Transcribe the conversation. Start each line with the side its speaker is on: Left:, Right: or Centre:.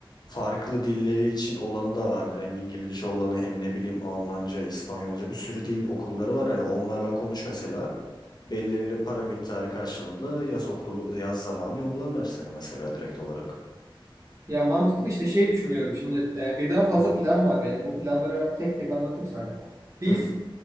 Left: farklı dilleri için olanı da vardır. Hem İngilizce olanı hem ne bileyim Almanca, İspanyolca bir sürü dil okulları var. Hani onlarla konuş mesela. Belirli para miktarı karşılığında yaz okulu, yaz zamanı yollarlar seni mesela direkt olarak.
Right: Ya mantıklı işte şey düşünüyorum şimdi e, birden fazla
Left: Hı,
Right: plan var benim. Bu planları ben tek tek anlatayım sana. Biz
Left: hı,